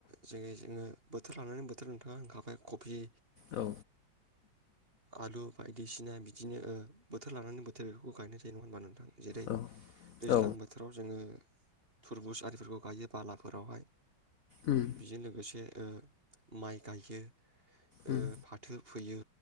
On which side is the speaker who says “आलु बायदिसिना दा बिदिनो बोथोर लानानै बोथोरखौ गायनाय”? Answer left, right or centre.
Right